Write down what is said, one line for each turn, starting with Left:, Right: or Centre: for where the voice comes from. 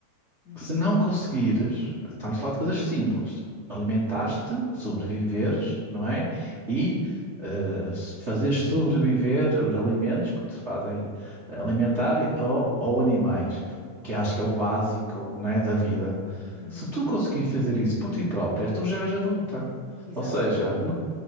Left: Uhum.
Right: Se não conseguires, estamos a falar de coisas simples. Alimentaste, sobreviveres, não é? E eh, s- fazeres sobreviver os alimentos que te fazem alimentar e- ou, ou animais, que acho que é o básico, não é, da vida.
Left: Uhum.
Right: Se tu conseguires fazer isso por ti própria, tu já és adulta.
Left: Exato,
Right: Ou seja, n-